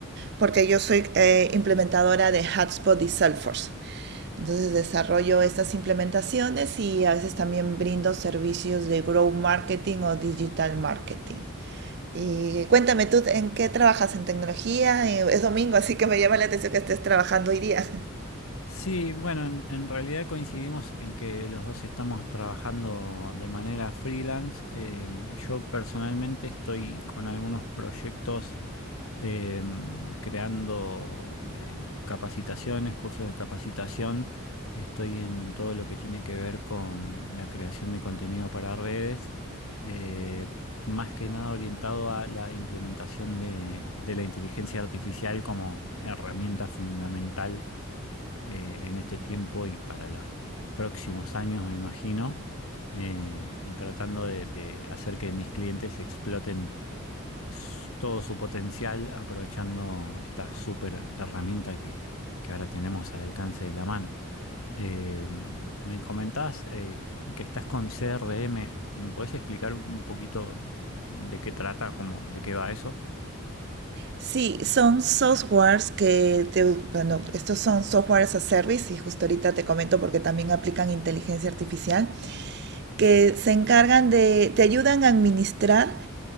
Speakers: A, on the right; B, on the left.
A: porque yo soy eh, implementadora de HubSpot y Salesforce. Entonces desarrollo estas implementaciones y a veces también brindo servicios de growth marketing o digital marketing. Y cuéntame tú, ¿en qué trabajas en tecnología? Eh, Es domingo, así que me llama la atención que estés trabajando hoy día.
B: Sí, bueno, en, en realidad coincidimos en que los dos estamos trabajando de manera freelance. Eh, yo personalmente estoy con algunos proyectos eh, creando eh, capacitaciones, cursos de capacitación. Estoy en todo lo que tiene que ver con la creación de contenido para redes, eh, más que nada orientado a la implementación de de la inteligencia artificial como herramienta fundamental eh, en este tiempo y para los próximos años, me imagino, eh, y tratando de, de hacer que mis clientes exploten s- todo su potencial aprovechando esta súper herramienta que, que ahora tenemos al alcance de la mano. Eh, me comentás eh, que estás con CRM, ¿me podés explicar un poquito de qué trata, cómo, de qué va eso?
A: Sí, son softwares que, te- bueno, estos son softwares as a service y justo ahorita te comento porque también aplican inteligencia artificial, que se encargan de, te ayudan a administrar